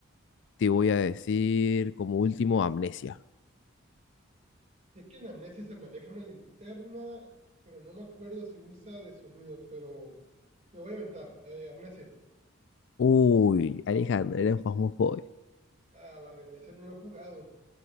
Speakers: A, on the left; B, on the right.
A: te voy a decir como último Amnesia.
B: Sé que en Amnesia se maneja una linterna, pero no me acuerdo si usa de sonido, pero me voy a inventar. Eh, Amnesia.
A: Uy, Alejandro, era un Phasmophobia.
B: Ah, válgame, ese no lo he jugado.